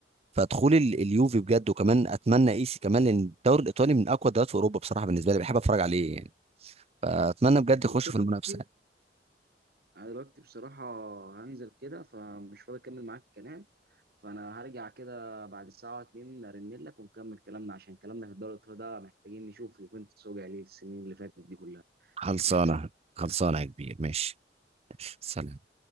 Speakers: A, on the right (about 35°); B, on the right (about 60°).
A: فدخول ال- اليوفي بجد وكمان اتمنى ايسي كمان لان الدوري الايطالي من اقوى الدوريات في اوروبا بصراحه بالنسبه لي بحب اتفرج عليه يعني فاتمنى بجد
B: بص
A: يخش
B: يا
A: في المنافسه
B: صديقي
A: يعني.
B: انا دلوقتي بصراحه هنزل كده فمش فاضي اكمل معاك الكلام فانا هرجع كده بعد ساعه او اتنين ارن لك ونكمل كلامنا عشان كلامنا في الدوري الإيطالي ده محتاجين نشوف يوفنتوس وجع ليه السنين اللي فاتت دي كلها
A: خلصانة
B: قشطه
A: خلصانة يا كبير ماشي سلام